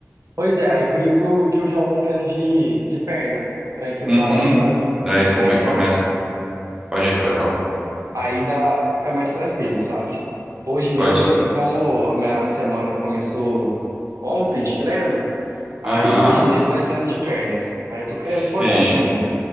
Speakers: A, on the right (about 85°); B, on the right (about 15°).
A: Pois é, aí por isso que eu, que eu jogo um treino de, de perna, pra intercalar,
B: Uhum.
A: sabe?
B: Daí você
A: Aí
B: me-
A: dá,
B: começa. Pode ir, pode falar.
A: aí dá, fica mais tranquilo, sabe? Hoje mesmo,
B: Pode. ir.
A: eh, como a minha semana começou ontem de treino, aí
B: Aham.
A: hoje mesmo é treino de perna. Aí eu tô criando
B: Sim.
A: coragem ainda.